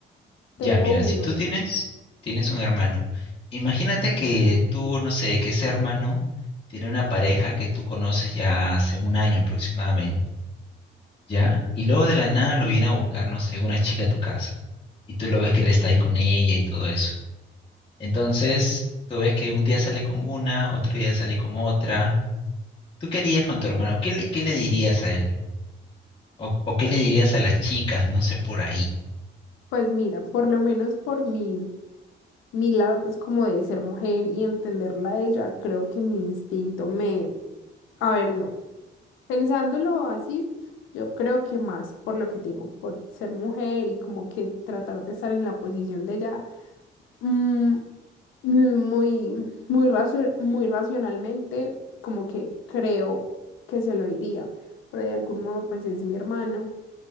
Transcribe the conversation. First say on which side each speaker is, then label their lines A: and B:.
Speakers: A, on the left (about 90°); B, on the left (about 25°).
A: tengo
B: Ya, mira,
A: uno.
B: si tú tienes, tienes un hermano. Imagínate que tú, no sé, que ese hermano tiene una pareja que tú conoces ya hace un año aproximadamente. ¿ya? Y luego de la nada lo viene a buscar, no sé, una chica a tu casa. Y tú lo ves que él está ahí con ella y todo eso. Entonces, tú ves que un día sale con una, otro día sale con otra. ¿Tú qué harías con tu hermano? ¿Qué le, qué le dirías a él? ¿O, o qué le dirías a las chicas, no sé, por ahí?
A: Pues mira, por lo menos por mi, mi lado, pues como de ser mujer y entenderla a ella, creo que mi instinto me... A ver, no. Pensándolo así, yo creo que más por lo que te digo, por ser mujer y como que tratar de estar en la posición de ella, mm, mm, muy, muy, racio- muy racionalmente, como que creo que se lo diría, pero de algún modo pues es mi hermano